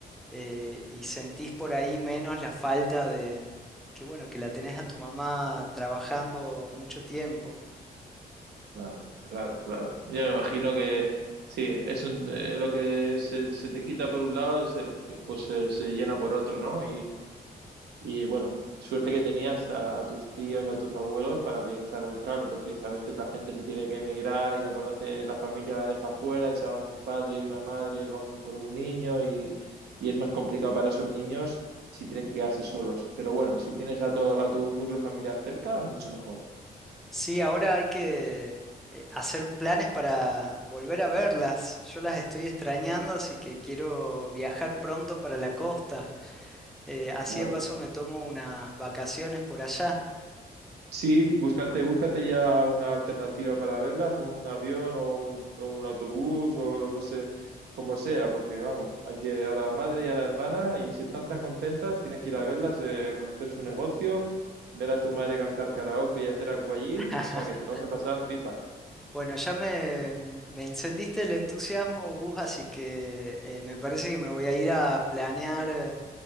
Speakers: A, in the centre; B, on the right (about 85°).
A: eh, y sentís por ahí menos la falta de, que bueno, que la tenés a tu mamá trabajando mucho tiempo.
B: Claro, claro, claro. Ya me imagino que sí, es un, eh, lo que se, se te quita por un lado, se- pues se se llena por otro, ¿no? Y bueno, suerte que tenías a, a tus tíos, a tus abuelos para que echar un cable, porque a veces la gente se tiene que emigrar y no conoce, la familia la deja fuera y se va un padre y una madre con, con un niño y, y es más complicado para esos niños si tienen que quedarse solos. Pero bueno, si tienes a, to- a tu núcleo familiar cerca, mucho mejor.
A: Sí, ahora hay que eh, hacer planes para volver a verlas. Yo las estoy extrañando, así que quiero viajar pronto para la costa. Eh, así
B: Claro.
A: de paso me tomo unas vacaciones por allá.
B: Sí, búscate, búscate ya una alternativa para verlas, un avión o un, o un autobús o no sé, como sea, porque vamos, hay que a la madre y a la hermana y si están tan contentas, tienes que ir a verlas, eh, conocer su negocio, ver a tu madre cantar karaoke y hacer aquagym,
A: <laughs>
B: o sea que te lo vas a pasar pipa.
A: Bueno, ya me, me encendiste el entusiasmo, Gus, así que eh, me parece que me voy a ir a planear eh,